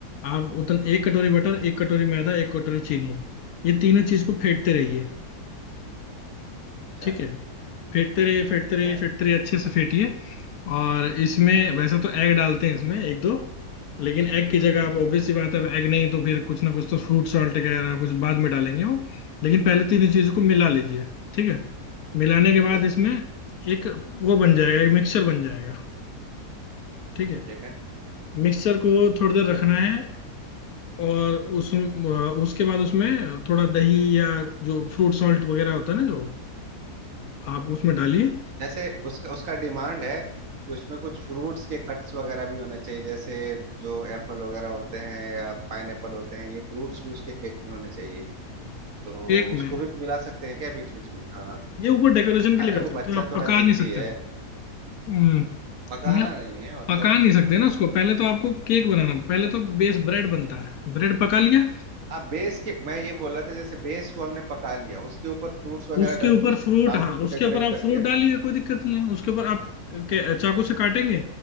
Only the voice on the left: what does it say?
आप उतना एक कटोरी बटर एक कटोरी मैदा एक कटोरी चीनी ये तीनों चीज को फेंटते रहिए
ठीक है फेंटते रहिए फेंटते
रहिए
फेंटते रहिए अच्छे से फेंटिए और इसमें वैसे तो एग डालते हैं इसमें एक दो लेकिन एग की जगह
आप ऑब्वियस सी बात है अब एग नहीं तो फिर कुछ ना कुछ तो फ्रूट सॉल्ट वगैरह कुछ बाद में डालेंगे वो लेकिन पहले तीनों चीजों
को मिला लीजिए ठीक है मिलाने
के बाद
इसमें एक वो बन जाएगा एक मिक्सचर बन जाएगा ठीक है
मिक्सचर को थोड़ी देर रखना है और उस उसके बाद उसमें थोड़ा दही या जो फ्रूट सॉल्ट वगैरह होता है ना जो आप
उसमें डालिए
एक में
ये ऊपर डेकोरेशन के लिए
कर सकते
हो आप
पका
नहीं सकते
हम्म,
नहीं आप
पका
नहीं सकते ना उसको पहले तो आपको केक बनाना पहले तो बेस ब्रेड बनता है ब्रेड पका लिया
उसके
ऊपर
फ्रूट
हाँ
उसके
ऊपर आप
फ्रूट
डालिए कोई दिक्कत नहीं है उसके ऊपर आप के- चाकू से काटेंगे